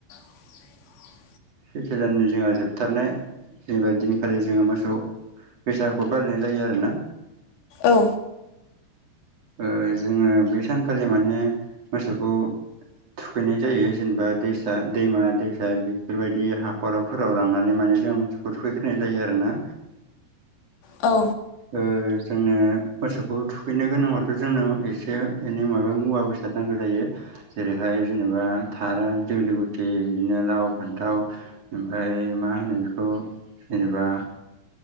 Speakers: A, on the left (about 80°); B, on the right (about 40°).
A: <inaudible>
B: सैथो दाननि जोंहा जोबथारनाय जेनेबा दिनखालि जोङो मोसौ बैसागुखौ फालिनाय जायो आरोना।
A: औ।
B: ओ जोङो बे सानखालि माने मोसौखौ थुखैनाय जायो जेनेबा दैसा दैमा दैसा बेफोरबायदि हाखरावफोराव लांनानै माने जों मोसौखौ थुखैग्रोनाय जायो आरोना।
A: औ।
B: ओ जोंनो मोसौखौ थुखैनो गोनांबाथ' जोंनो एसे एनै माबा मुवा बेसादा नां नांगौ जायो जेरैहाय जेनेबा थार दुलु गुथि बिदिनो लाव फान्थाव ओमफ्राय मा होनो बेखौ जेनेबा